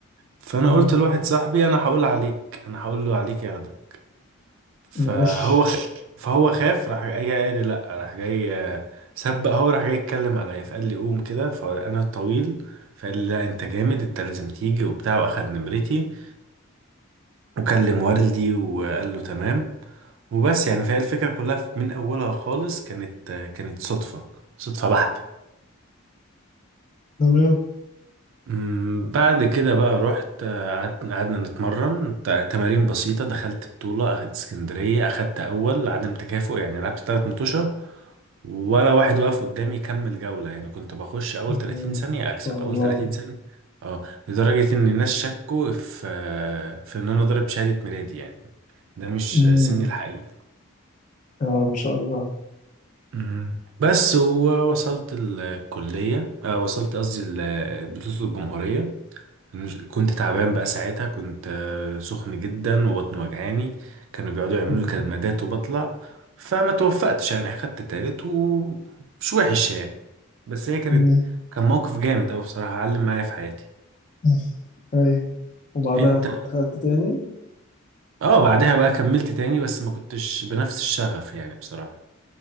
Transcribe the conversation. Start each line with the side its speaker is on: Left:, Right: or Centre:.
Right: فانا
Left: مم.
Right: قلت لواحد صاحبي انا هقول عليك انا هقول له عليك ياخدك فهو
Left: ماشي
Right: خ... فهو خاف راح جاي جاي قال لي لا راح جاي آه، سبق هو راح جاي يتكلم عليا فقال لي قوم كده فانا طويل فقال لي لا انت جامد انت لازم تيجي وبتاع واخد نمرتي وكلم والدي وقال له تمام وبس يعني فهي الفكره كلها من اولها خالص كانت آه، كانت صدفه صدفه بحته
Left: تمام
Right: أمم، بعد كده بقى رحت آه، قعدت قعدنا نتمرن ت- تمارين بسيطة دخلت بطولة أخدت اسكندرية أخدت أول عدم تكافؤ يعني لعبت تلات مطوشة ولا واحد واقف قدامي يكمل جولة يعني كنت بخش أول
Left: مم.
Right: 30 ثانية
Left: ما
Right: أكسب
Left: شاء الله
Right: أول 30 ثانية اه لدرجة إن الناس شكوا في آه، في إن أنا ضارب شهادة ميلادي يعني ده مش
Left: مم.
Right: سني الحقيقي
Left: اه ما شاء الله
Right: أمم. بس ووصلت الكلية آه، وصلت قصدي ال- بطولة الجمهورية مش كنت تعبان بقى ساعتها كنت آه، سخن جدا وبطني وجعاني كانوا بيقعدوا يعملوا
Left: مم.
Right: لي كمادات وبطلع فما توفقتش يعني اخدت تالت ومش وحش يعني بس هي كانت
Left: مم.
Right: كان موقف جامد اوي بصراحة علم معايا في حياتي
Left: مم. ايوه وبعدها
Right: انت
Left: دخلت تاني
Right: اه بعدها بقى كملت تاني بس ما كنتش بنفس الشغف يعني بصراحة